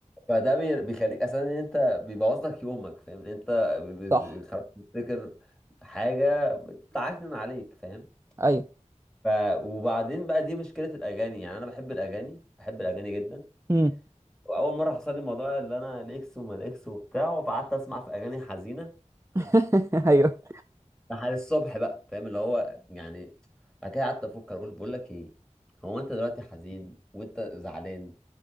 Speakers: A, in the centre; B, on the right.
A: فده بي- بيخليك اساسا ان انت بيبوظ لك يومك فاهم إن انت ب-
B: صح
A: ب- خلاص بتفتكر حاجه بتعكنن عليك فاهم
B: ايوه
A: ف وبعدين بقى دي مشكله الاغاني يعني انا بحب الاغاني بحب الاغاني جدا
B: امم
A: واول مره حصل لي الموضوع اللي انا الاكس وما الاكس وبتاع فقعدت اسمع في اغاني حزينه
B: <laughs> ايوه
A: لحد الصبح بقى فاهم اللي هو يعني بعد كده قعدت افكر اقول بقول لك ايه هو انت دلوقتي حزين وانت زعلان